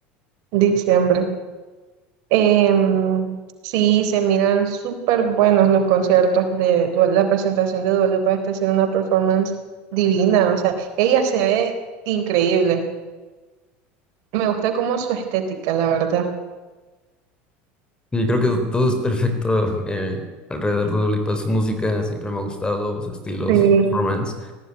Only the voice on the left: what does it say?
Y creo que todo es perfecto eh, alrededor de Dua Lipa. Su música siempre me ha gustado, su estilo,
sus performances.